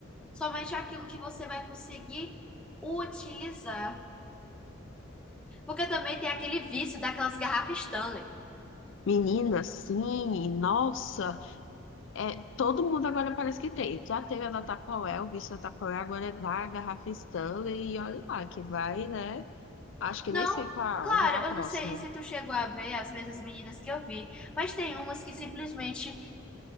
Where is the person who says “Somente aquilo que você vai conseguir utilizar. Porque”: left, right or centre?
Centre